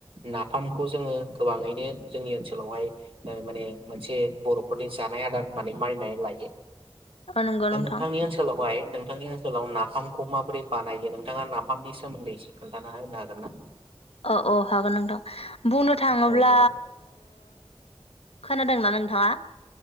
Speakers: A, on the right; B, on the left.
A: नाफामखौ जोङो गोबाङैनो जोंनि ओनसोलावहाय माने मोनसे बर'फोरनि जानाय आदार होननानै मानिनानै लायो
B: अ नंगौ
A: दा
B: नोंथां
A: नोंथांनि ओनसोलावहाय नोंथांनि ओनसोलाव नाफामखौ माबोरै बानायो। नोंथाङा नाफामनि सोमोन्दै एसे खोन्थाना होनो हागोन ना?
B: औ औ हागोन नोंथां बुंनो थाङोब्ला
A: औ नोंथां
B: खोनादोंना नोंथाङा?